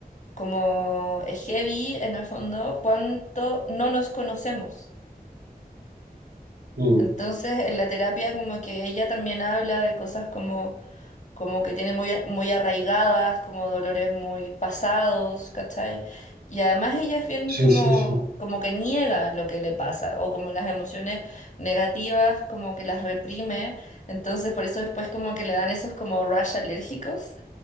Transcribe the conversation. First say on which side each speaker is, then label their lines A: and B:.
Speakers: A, on the left; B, on the right.
A: como es heavy en el fondo cuánto no nos conocemos.
B: Mm,
A: Entonces, en la terapia como que ella también habla de cosas como como que tiene muy, a- muy arraigadas, como dolores muy pasados, ¿cachai? Y además ella es bien
B: sí,
A: como,
B: sí, sí.
A: como que niega lo que le pasa, o como las emociones negativas, como que las reprime, entonces por eso después como que le dan esos como rash alérgicos.